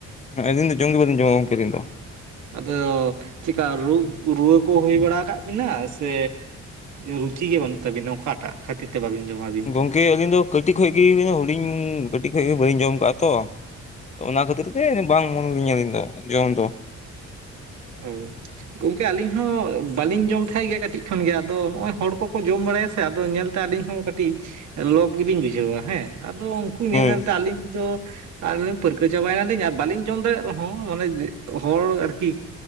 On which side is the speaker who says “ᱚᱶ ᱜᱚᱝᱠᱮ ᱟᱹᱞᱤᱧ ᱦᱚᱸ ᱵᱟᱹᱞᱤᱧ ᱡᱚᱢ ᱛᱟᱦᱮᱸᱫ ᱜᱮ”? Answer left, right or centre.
Right